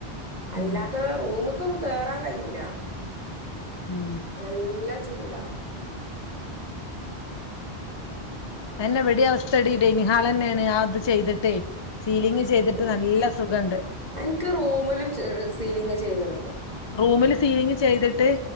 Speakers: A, on the left (about 30°); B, on the right (about 40°).
A: ഉം
B: അല്ലാത്തത് റൂമ്ക്കൊന്നും കേറാം കയ്യൂലാ
A: ഉം
B: നല്ല ചൂടാ
A: അതന്നെ ഇവെടീം അവസ്ഥെടീ ഡൈനിങ്ഹാളെന്നേണ് ആ ത് ചെയ്ത്ട്ടെ സീലിംഗ് ചെയ്തിട്ട്
B: ഉം
A: നല്ല സുഖണ്ട്
B: അൻക്ക് റൂമ്‌ലും ച് സീലിങ്ങ് ചെയ്ത്ണല്ലോ
A: റൂമ്‌ല് സീലിങ്ങ് ചെയ്ത്ട്ട്